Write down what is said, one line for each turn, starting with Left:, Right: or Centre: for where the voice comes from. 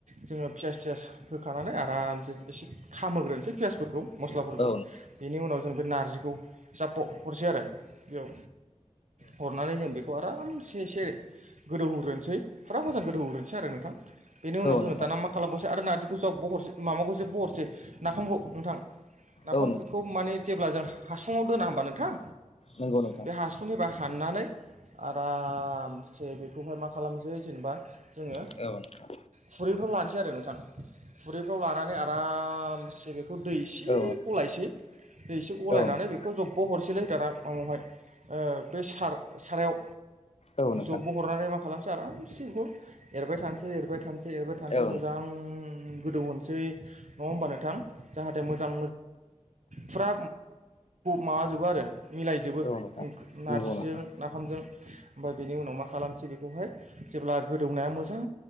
Right: जोङो फियास थियास होखानानै आरामसे एसे खामहो होग्रोनोसै पियासफोरखौ मस्लाफोरखौ
Left: औ
Right: बेनि उनाव जों बे नारजिखौ जाब्ब हरसै आरो बेयाव हरनानै जों बेखौ आरामसे एसे गोदौहोग्रोनोसै फुरा मोजां गोदौहोग्रोनोसै आरो नोंथां बेनि उनाव जोङो
Left: नोंथां
Right: दाना मा खालामबावसै आरो नारजिखौ जब्ब हरसै माबाखौसो जब्ब हरसै नाफामखौ नोंथां नाफामखौ
Left: औ नोंथां औ
Right: माने जेब्ला जों हासुुङाव दोना होमबा नोंथां
Left: नंगौ नोंथां
Right: बे हासुंनिबा हाननानै आरामसे बेखौहाय मा खालामसै जेनेबा जोङो
Left: औ नोंथां
Right: खुरैफ्राव लानोसै आरो नोंथां खुरैफ्राव लानानै आ आरामसे बेखौ दैसे
Left: औ
Right: गलायसै दै एसे गलायनानै
Left: नोंथां
Right: बेखौ जब्ब हरसैलाय दाना माबायावहाय ओ बे सार सारायाव
Left: औ नोंथां
Right: जबबो हरनानै मा खालामसै आरामसे बेखौ एरबाय थानोसै एरबाय थानोसै एसे एरबाय थानोसै
Left: औ नोंथां औ
Right: मोजां
Left: नोंथां
Right: गोदौ होनसै नङा होमबा नोंथां? जाहाथे मोजां फुरा माबाजोबो आरो मिलायजोबो
Left: औ नोंथां
Right: नारजिजों
Left: नंगौ नोंथां
Right: जों ओमफ्राय बेनि उनाव मा खालामसै बेखौहाय जेब्ला गोदौनाया मोजां